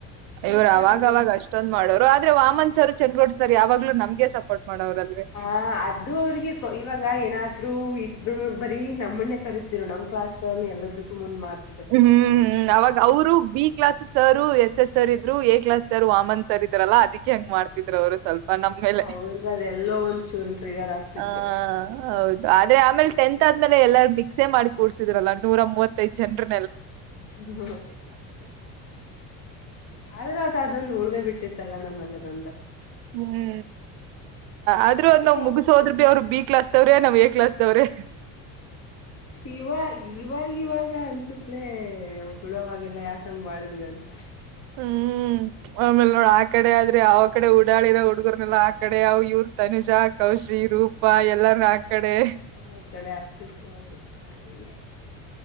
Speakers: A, on the left (about 45°); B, on the right (about 75°).
A: ಸ್ವಲ್ಪ
B: ಇವ್ರು ಅವಾಗವಾಗ ಅಷ್ಟೊಂದ್ ಮಾಡೋರು ಆದ್ರೆ ವಾಮನ್ ಸರ್ ಚಂದಗೂಡ್ ಸರ್ ಯಾವಾಗ್ಲೂ ನಮ್ಗೆ ಸಪೋರ್ಟ್ ಮಾಡೋರಲ್ರಿ
A: ಹ ಅದು ಅವ್ರಿಗೆ ಇವಾಗ ಏನಾದ್ರು ಇಬ್್ರರು ಬ ರಿ ನಮ್ಮಣೇ ಕರಿೀತಿೀರು ನ್ ಕ್ಲಾಸ್ವನ ಎಲ್ಲದಕ್ಕೂ ಮುಂದ್ ಮಾತ
B: ಹ್ಮ್ ಹ್ಮ್ ಅವಾಗ ಅವರು ಬಿ ಕ್ಲಾಸ್ ಸಾರ ಎಸ್ ಸರ್ ಇದ್ರು A class sir Vaman sir ಇದ್ರಲ್ಲ ಅದಕ್ಕೆ ಹೆಂಗ್ ಮಾಡ್ತಿದ್ರು ಅವರು ಸ್ವಲ್ಪ ನೇಲೆ
A: ಅವ್ರಗ ಅದೆಲ್ಲೋ ಒಂದ್ಚೂರು ಟ್ರಿಗರ್ ಆಗ್ತಿತ್ತು
B: ಹ ಹೌದು ಆದೆ ಆಮೇಲೆಟೆಂತ್ ಆದ್ಮೇಲೆ ಎಲ್ಲಾರು ಮಿಕ್ಸೇ ಮಾಡಿೂಡ್ಸಿದ್ರಲ್ಲ ನೂರ ಮೂವತ್ತೈದು ಜನರು
A: ಹ್ಮ ಆದ್ರ ಅದು ಅದೊಂದು ಉಳ್ಗ ಬಿಟ್ಟಿತ್ತು ತಲ್ಲ ನಮ್ಮ ಅಲ್ಲದ
B: ಹ್ಮ್ ಆದ್ರೂ
A: ಸರಿ
B: ಒಂದ್ ನಾವ್
A: ಹೋಗುತ್ತೆ
B: ಮುಗಸೋದ್ರ ಬಿ ಅವ್ರು ಬಿ ಕ್ಲಾಸ್ ತವ್ರೆ ನಾವ್ ಎ ಕ್ಲಾಸ್ ದೊರೆ
A: ಇವ ಇವ ಇವಾಗ ಅನ್ಸತ್ಲೇ ಬಿಡವಾಗೆಲ್ಲ ಯಾಕ ಹಂಗ ಮಾಡದ್ವಿ ಅಂತ
B: ಹ್ಮ್ ಆಮೇಲ್ ನೋಡ್ ಆ ಕಡೆ ಆದ್ರೆ ಆ ಕಡೆ ಓಡಾಳಿರೋ ಹುಡ್ಗರ್ನೆಲ್ಲ ಆ ಕಡೆ ಅವ್ ಇವ್ರ ತನುಜಾ ಕೌಶಿ ರೂಪ ಎಲ್ಲಾರ ಕಡೆ
A: ಆ ಕಡೆ ಹಾಕಿದ್ರು ಅವರು ಹಗೆ